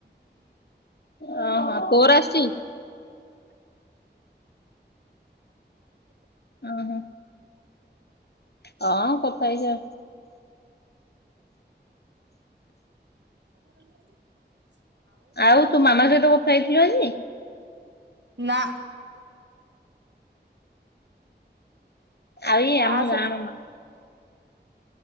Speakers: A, on the left (about 60°); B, on the right (about 70°).
A: ହଁ ହଁ ତୋର ଆସୁଚି? ଉଁ ହୁଁ। ହଁ କଥା ହେଇଯା।
B: କ
A: ଆଉ ତୁ ମାମା ସହିତ କଥା ହେଇଥିଲୁ ଆଜି।
B: ନା।
A: ଆଇ
B: ତା
A: ଆମ
B: ସହିତ
A: ଗାଁ ର ମା।